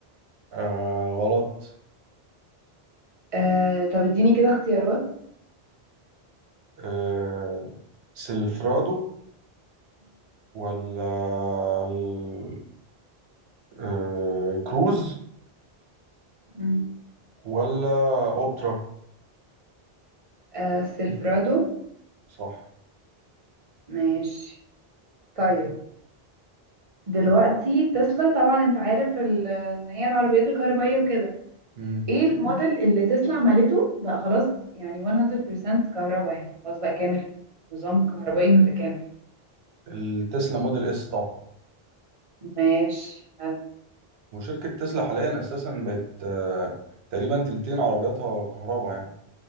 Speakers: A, on the right (about 80°); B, on the right (about 40°).
A: آه غلط
B: آه طب اديني كده اختيارات
A: آه سيلفرادو ولا ال- آه كروز
B: مم.
A: ولا اوبترا
B: آه سيلفرادو
A: صح
B: ماشي طيب دلوقتي تسلا طبعا انت عارف ال- ان هي العربيات الكهربائية وكده
A: مم.
B: ايه الموديل اللي تسلا عملته بقى خلاص يعني 100% كهرباء يعني خلاص بقى كامل نظام كهربائي متكامل
A: التسلا موديل اس طبعا
B: ماشي حلو
A: وشركة تسلا حاليا أساسا بقت آه، تقريبا تلتين عربياتها كهرباء يعني